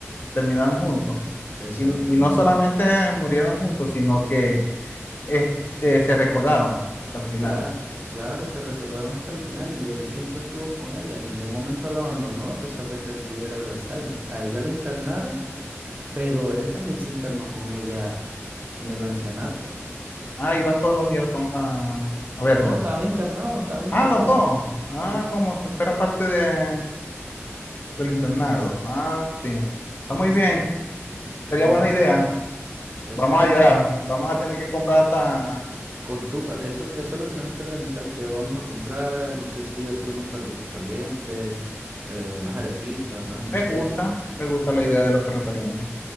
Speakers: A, on the left; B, on the right.
A: terminaron juntos.
B: Exactamente.
A: Y, y no solamente murieron juntos, sino que eh, eh, se recordaron hasta el final.
B: Claro, claro, se recordaron hasta el final y él siempre estuvo con ella, en ningún momento la abandonó a pesar de que él tuviera el Alzheimer. A ella la internaron, pero él también se internó con ella en el ancianato.
A: Ah, ibas todos los días con- a, a verla.
B: No, estaban internados, estaban internados.
A: Ah, los dos. Ah,
B: Sí,
A: como si fuera parte de, del internado. Ah, sí. Está muy bien.
B: sí,
A: Sería
B: ambos,
A: buena idea.
B: exacto.
A: Vamos a llorar. Vamos a tener que comprar hasta...
B: Cotufa, eso, eso lo tenemos que organizar, que vamos a comprar, no sé si hacer unos perritos calientes, eh, unas arepitas, unas hamburguesas.
A: Me gusta, me gusta la idea de los perros calientes.